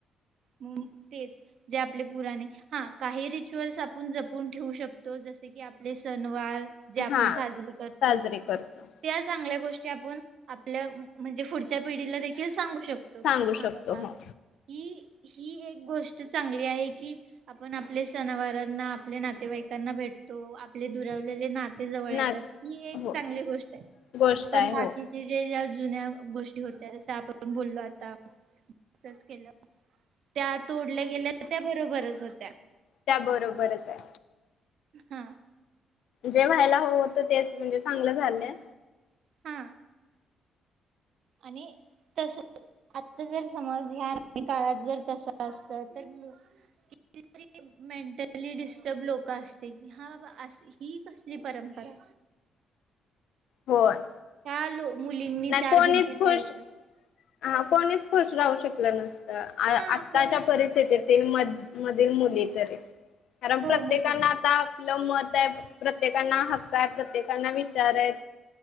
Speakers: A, on the right (about 65°); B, on the left (about 75°).
A: तेच जे आपले पुराणे हा काही रिच्युअल्स आपण जपून ठेवू शकतो जसे की आपले सण वार जे आपण
B: हा
A: साजरी करतो
B: साजरे करतो
A: त्या चांगल्या गोष् आपुन आपल्या म्हणजे पुढच्या पिढीला देखील सांगू शकतो
B: सांगू
A: की
B: शकतो
A: हा बाबा
B: हो
A: की, ही एक गोष्ट चांगली आहे की आपण आपले सणावारांना आपले नातेवाईकांना भेटतो आपले दुरावलेले नात ते जवळ येतात
B: ना
A: ही एक
B: हो
A: चांगली गोष्ट आहे
B: गोष्ट
A: पण
B: आहे
A: बाकीची
B: हो
A: जे जुन्या गोष्टी होत्या जस आपण बोललो आता डिस्कस केलं त्यात ओडले गेले बरोबरच होत्या
B: त्या बरोबरच हाय.
A: हा
B: जे व्हायला हव होत तेच म्हणजे चांगलं झालंय
A: हा आणि तस आता जर समज ह्या काळात जर तस असत तर कितीतरी मेंटली डिस्टर्ब लोक असते कि हा बाबा अस हि कसली परंपरा
B: होय
A: आलो मुलींनी
B: नाही
A: चार
B: कोणीच
A: भिंतीत
B: खुश
A: राहायचं
B: हा कोणीच खुश राहू शकलं नस अ आ
A: हा
B: आत्ताच्या
A: कोणीच
B: परिस्थितीतील
A: नाही
B: म मधील मुली तरी कारण
A: हो
B: प्रत्येकांना
A: मुली
B: आता आपलं मत त्यात प्रत्येकांना हक्क आहे, प्रत्येकांना विचार आहेत.